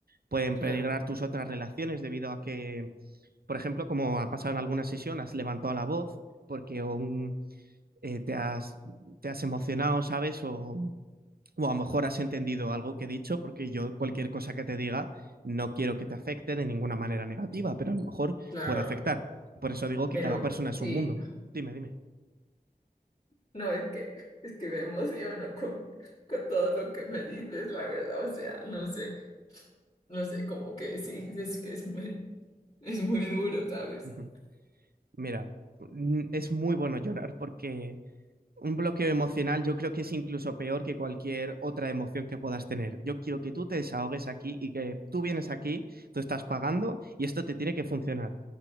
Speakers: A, on the right; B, on the left.
A: pueden
B: claro.
A: peligrar tus otras relaciones debido a que, por ejemplo, como ha pasado en alguna sesión, has levantado la voz porque un, eh, te, has, te has emocionado, ¿sabes? O, o a lo mejor has entendido algo que he dicho, porque yo cualquier cosa que te diga no quiero que te afecte de ninguna manera negativa, pero a lo mejor
B: claro,
A: puede afectar. Por eso digo que
B: pero
A: cada persona es
B: sí.
A: un mundo. Dime, dime.
B: No, es que, es que me emociono con, con todo lo que me dices, la verdad. O sea, no sé, no sé, como que sí, es que es muy, <laughs> es muy duro, ¿sabes?
A: Uh -huh. Mira, mm, es muy bueno llorar porque un bloqueo emocional yo creo que es incluso peor que cualquier otra emoción que puedas tener. Yo quiero que tú te desahogues aquí y que tú vienes aquí, tú estás pagando y esto te tiene que funcionar.